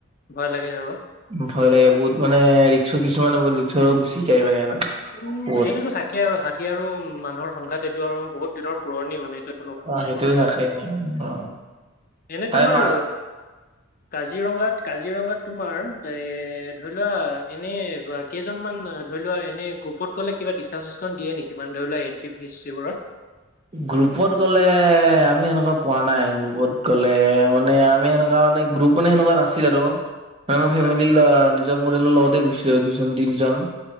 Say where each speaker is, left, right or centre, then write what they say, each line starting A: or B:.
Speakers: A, on the left; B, on the right.
A: ভয় লাগে আৰু।
B: ভয় লাগে বহুত মানে ৰিক্স কিছুমানে বহুত ৰিক্স গুচি যায় মানে।
A: উম
B: বহুত
A: এইটোতো থাকেই আৰু হাতী আৰু মানুহৰ সংঘাত এইটো আৰু বহুত। দিনৰ পুৰণি মানে এইটো নতুন
B: অ
A: বস্তু
B: সেইটো
A: নহয়েই
B: থাকে অ
A: এনে
B: তাৰে
A: তোমাৰ
B: মা
A: কাজিৰঙাত কাজিৰঙাত তোমাৰ এ ধৰি লোৱা এনে। কেইজনমানান ধৰি লোৱা এনে গ্ৰুত গলে কিবা ডিছকাউণ্ট চিচকাউণ্ট দিয়ে নেকি মান ধৰি লোৱা এন্ট্ৰি ফিজ এইবোৰত।
B: গ্ৰুপত গ'লে আমি সেনেকুৱা পোৱা নাই গ্ৰুপত গ'লে মানে আমি সেনেকুৱা মানে গ্ৰুপ। মানে সেনেকুৱা নাছিল আৰু মানে
A: অ',
B: মই ফেমিলি
A: হয়,
B: নিজৰ পৰিয়ালৰ লগতে গৈছিলো দুজন তিনজন।